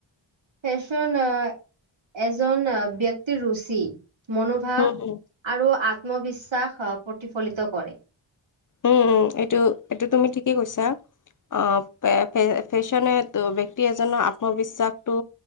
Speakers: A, on the right; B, on the left.
A: ফেশ্বন অ', এজন ব্যক্তিৰ ৰুচি। মনোভাৱ
B: হম হম
A: আৰু আত্মবিশ্বাস প্ৰতিফলিত কৰে।
B: উম, এইটো এইটো তুমি ঠিকেই কৈছা। অহ, পে ফে ফেশ্বনেটো ব্যক্তি এজনৰ আত্মবিশ্বাসটো